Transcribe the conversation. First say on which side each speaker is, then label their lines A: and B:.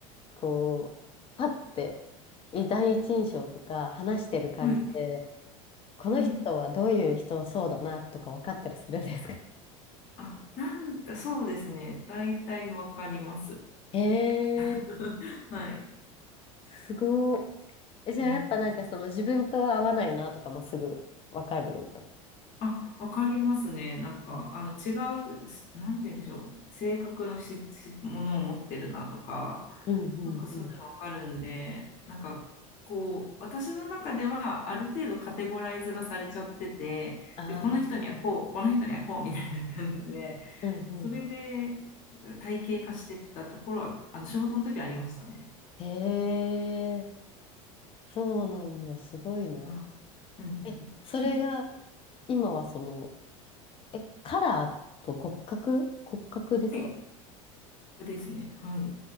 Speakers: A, on the left (about 30°); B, on the left (about 45°).
A: こう、パッて、い第一印象とか話してる感じで、
B: はい。
A: この人はどういう人そうだなとか分かったりするんですか
B: はい。あ、なんかそうですね。大体わかります。
A: へ
B: <laughs>
A: え、
B: はい。
A: すごい。えじゃあやっぱなんかその自分と合わないなとかもすぐわかる。
B: うんうんあ、わかりますね。なんか、
A: う
B: あの、違う、すなんて言うんでしょう。性格のし、し、ものを持ってるなとか、
A: んうんうん。
B: なんかそういうのわかるんで、なんか、こう、私の中では、ある程度カテゴライズがされちゃってて、
A: ああ、
B: で、この人にはこう、この人にはこう、みたいな感じで、
A: うんうん。
B: それで体系化してったところは、あの、仕事の時はありましたね。
A: へえ、そうなんだ。すごいな。
B: あーうんうん。
A: え、それが
B: え、
A: 今はその、え、カラーと骨格骨格ですか
B: はい、これですね。はい。